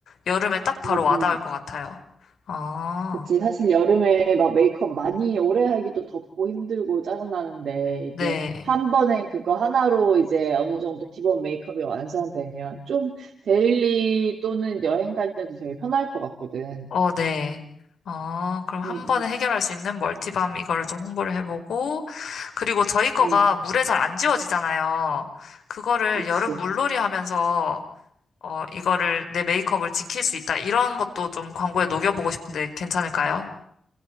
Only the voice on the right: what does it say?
음,
음.
그치. 사실 여름에 막 메이크업 많이 오래 하기도 덥고 힘들고 짜증나는데 이게
한 번에 그거 하나로 이제 어느 정도 기본 메이크업이 완성되면 좀 데일리 또는 여행 갈 때도 되게 편할 것 같거든.
음,
음, 음.
그치.